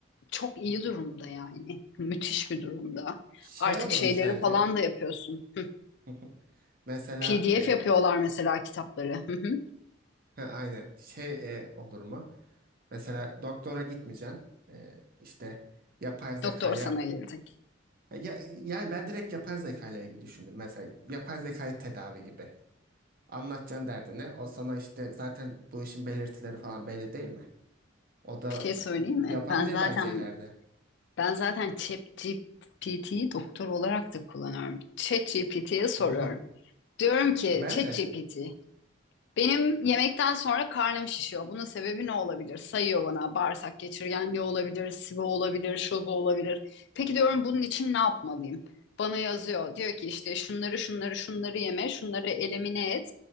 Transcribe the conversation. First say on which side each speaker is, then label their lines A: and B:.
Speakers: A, on the left; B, on the right.
A: çok iyi durumda yani. Müthiş bir durumda.
B: Şey
A: Artık
B: olur
A: şeyleri
B: mu sence?
A: falan da yapıyorsun. Hı.
B: <laughs> Mesela
A: PDF
B: e,
A: yapıyorlar mesela kitapları. Hı hı.
B: ha, aynen şey e, olur mu? Mesela doktora gitmeyeceksin. E, işte yapay zekaya
A: Doktor sana gelecek.
B: ya, yani ben direkt yapay zekayla ile ilgili düşündüm. Mesela yapay zekaya tedavi gibi. Anlatacaksın derdini. O sana işte zaten bu işin belirtileri falan belli değil mi? O da
A: Bir şey söyleyeyim
B: e,
A: mi?
B: yapabilir
A: Ben zaten
B: bence ileride.
A: ben zaten ChatGPT'yi doktor olarak da kullanıyorum. ChatGPT'ye soruyorum.
B: <laughs>
A: Diyorum ki
B: Ben
A: ChatGPT
B: de.
A: Benim yemekten sonra karnım şişiyor. Bunun sebebi ne olabilir? Sayıyor bana bağırsak geçirgenliği olabilir, sıvı olabilir, şu bu olabilir. Peki diyorum bunun için ne yapmalıyım? Bana yazıyor. Diyor ki işte şunları şunları şunları yeme, şunları elimine et.